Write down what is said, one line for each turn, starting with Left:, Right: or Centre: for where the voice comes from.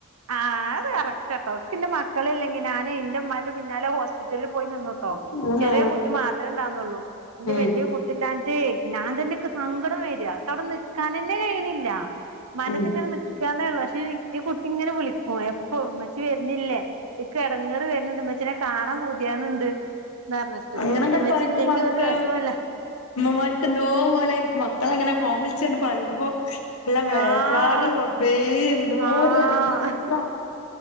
Right: ആഹ് കറക്ട്ടോക്കെന്റെ മക്കള ഇല്ലെങ്കി ഞാന് എൻന്റെറെ ഉ്മാന്റെ പിന്നാലെ ഹോസ്പിറ്റലിൽ പോയി നിന്നു ഓ
Left: ഉം
Right: ചെറിയ
Left: ആഹ്
Right: കുട്ടി മാത്ര ഉണ്ടാർന്നുള്ളൂ ന്റെ
Left: ഉം
Right: വെല്യേ കുട്ടി ഇല്ലാഞ്ഞിട്ടേയ് ന്നാൻ തന്നെക്ക് സങ്കടം വെര. ക്ക് അവിടെ നിൽക്കാനെന്നെ കയ്യ്ണില്ല. മ്മാന്റേത്
Left: ഉം
Right: ഇങ്ങനെ നിക്കാന്നെള്ളൂ പക്ഷെ ഈ കുട്ടി ഇങ്ങനെ വിളിക്കും എപ്പഴും മ്മച്ചി വരുന്നില്ലേ? ഇക്ക് എടങ്ങേറ് വരുന്ന്ണ്ട് മ്മച്ചിനെ കാണാൻ പൂതിയാവ്ണ് ണ്ട് ന്ന് പറഞ്ഞിട്ട്
Left: അങ്ങനെങ്ങട്
Right: ഇമ്മച്ചി
Left: പറയുമ്പോ
Right: ഇല്ലെങ്കി
Left: മക്ക
Right: ഒരു രസോല്ല
Left: മ്മമാർക്ക് എന്തോ പോലെയായിരിക്കും മക്കള് അങ്ങനെ ഫോണ് വിളിച്ചണ്ട് പറയുമ്പോ ള്ള വേജാറ്
Right: ആഹ്
Left: റബ്ബേ എന്തോര്
Right: ആഹ്
Left: എടങ്ങേറാ